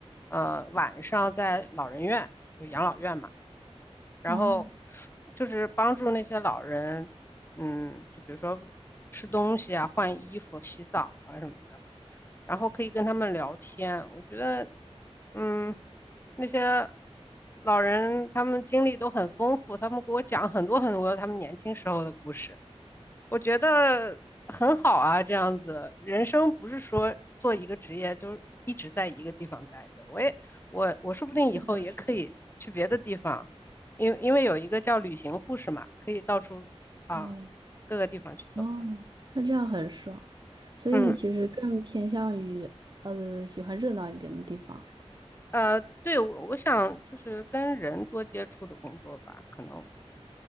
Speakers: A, on the left (about 20°); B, on the right (about 40°).
A: 呃，晚上在老人院，就养老院嘛。然后
B: 哦，
A: 就是帮助那些老人，嗯，就比如说吃东西啊、换衣服、洗澡啊什么的，然后可以跟他们聊天。我觉得，嗯，那些老人他们经历都很丰富，他们给我讲很多很多他们年轻时候的故事。我觉得很好啊，这样子人生不是说做一个职业就一直在一个地方待着。我也我我说不定以后也可以去别的地方，
B: 是的，是的，
A: 因为因为有一个叫旅行护士嘛，可以到处啊
B: 哦
A: 各个地方去走。
B: 哦，那这样很爽，所以你其实更偏向于呃喜欢热闹一点的地方。
A: 嗯呃，对我我想就是跟人多接触的工作吧，可能